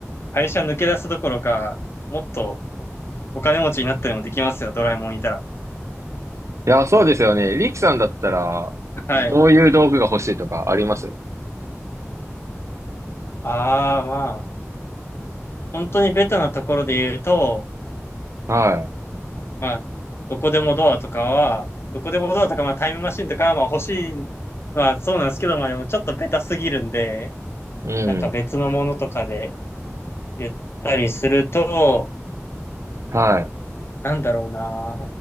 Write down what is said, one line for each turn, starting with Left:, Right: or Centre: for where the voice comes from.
Left: 会社抜け出すどころか、もっとお金持ちになったりもできますよ、ドラえもんいたら。
Right: いや、そうですよね。リキさんだったら、
Left: はい。
Right: どういう道具が欲しいとかあります
Left: ああ、まあ。本当にベタなところで言うと、
Right: は
Left: まあ、どこでもドアとかは、どこでもドアとか、まあ、タイムマシンとかは、まあ、欲しいのはそうなんですけど、まあ、でもちょっとベタすぎるんで、
Right: い。うん。
Left: なんか別のものとかで言ったりすると、
Right: はい。
Left: なんだろうな。